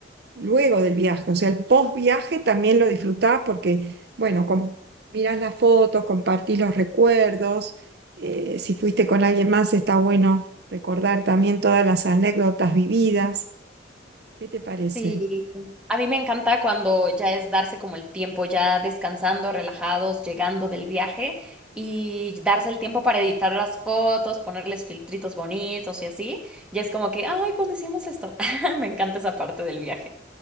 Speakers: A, on the right (about 55°); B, in the centre.
A: luego del viaje, o sea, el post viaje también lo disfrutás porque, bueno, com- mirás las fotos, compartís los recuerdos, eh, si fuiste con alguien más está bueno recordar también todas las anécdotas vividas. ¿Qué te parece?
B: Sí, a mí me encanta cuando ya es darse como el tiempo, ya descansando, relajados, llegando del viaje y darse el tiempo para editar las fotos, ponerles filtritos bonitos y así. Y es como que, ay, cuando hicimos esto? <laughs> Me encanta esa parte del viaje.